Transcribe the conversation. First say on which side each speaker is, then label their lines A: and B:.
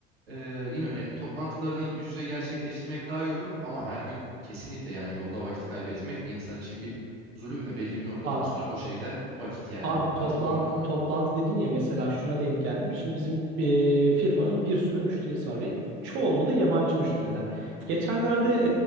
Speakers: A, on the right (about 75°); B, on the right (about 40°).
A: E, yine önemli toplantılarını yüz yüze gerçekleştirmek daha iyi olur ama her gün kesinlikle yani yolda vakit kaybetmek de insan için bir zulüm ve belli bir noktadan
B: Bak
A: sonra boşa giden vakit yani.
B: Abi toplantı
A: Katılıyorum ona.
B: toplantı dedin ya mesela şuna denk geldim. Şimdi bizim e, firmanın bir sürü müşterisi var ve çoğunluğu da yabancı müşteriler. Geçenlerde